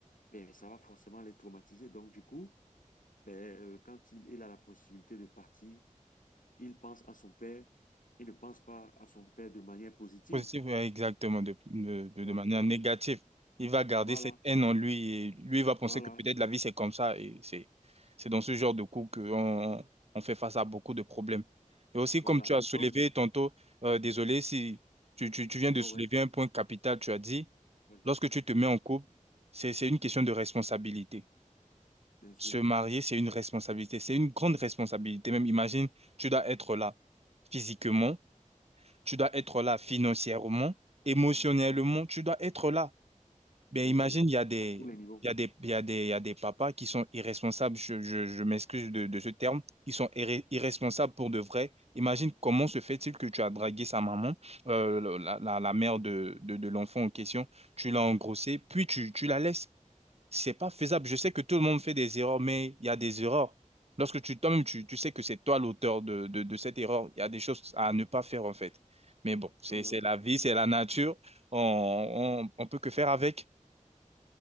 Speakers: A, on the left; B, on the right.
A: Ben, ça va forcément les traumatiser. Donc, du coup, ben, euh, quand il, il a la possibilité de partir, il pense à son père il ne pense pas à son père de manière positive.
B: Positif, ouais, exactement, de, de, de,
A: Donc,
B: de manière
A: euh,
B: négative. Il va garder
A: voilà,
B: cette haine en lui et lui il va penser
A: voilà,
B: que peut-être la vie c'est comme ça et c'est c'est dans ce genre de coup qu'on on fait face à beaucoup de problèmes. Et aussi,
A: voilà.
B: comme tu as soulevé
A: L'homme,
B: tantôt, euh, désolé si tu, tu, tu viens
A: tu
B: de
A: vois,
B: soulever
A: ouais,
B: un point capital, tu as dit,
A: ouais,
B: lorsque tu te mets en couple, c'est, c'est une question de responsabilité.
A: bien sûr,
B: Se marier, c'est une responsabilité, c'est une grande responsabilité. Même imagine, tu dois être là physiquement tu dois être là financièrement, émotionnellement, tu dois être là. Ben
A: bien
B: imagine,
A: sûr,
B: il y a des,
A: à tous les niveaux.
B: il y a des, il y a des, il y a des papas qui sont irresponsables, je, je, je m'excuse de, de ce terme, ils sont irré- irresponsables pour de vrai. Imagine comment se fait-il que tu as dragué sa maman, euh, la, la, la mère de, de, de l'enfant en question, tu l'as engrossée, puis tu, tu la laisses. C'est pas faisable. Je sais que tout le monde fait des erreurs, mais il y a des erreurs. Lorsque tu, toi-même, tu, tu sais que c'est toi l'auteur de, de, de cette erreur, il y a des choses à ne pas faire, en fait. Mais bon, c'est,
A: Voilà.
B: c'est la vie, c'est la nature. On, on, on peut que faire avec.